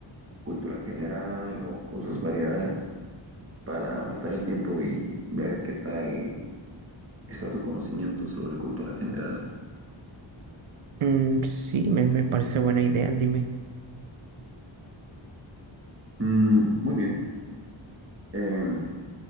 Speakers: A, on the right; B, on the right.
A: cultura general o cosas variadas para matar el tiempo y ver qué tal está tu conocimiento sobre cultura general.
B: Mm, sí, me, me parece buena idea, dime.
A: Mm, muy bien. Em,